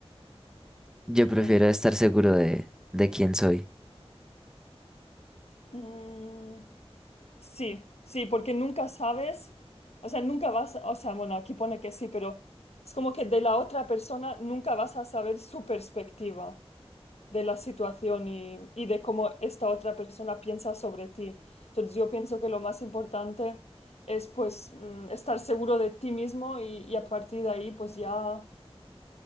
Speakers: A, in the centre; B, on the left.
A: Yo prefiero
B: Mm.
A: estar seguro de, de quién soy.
B: Mm, sí, sí, porque nunca sabes, o sea, nunca vas, o sea, bueno, aquí pone que sí, pero es como que de la otra persona nunca vas a saber su perspectiva. de la situación y, y de cómo esta otra persona piensa sobre ti. Entonces yo pienso que lo más importante es pues mm, estar seguro de ti mismo y, y a partir de ahí pues ya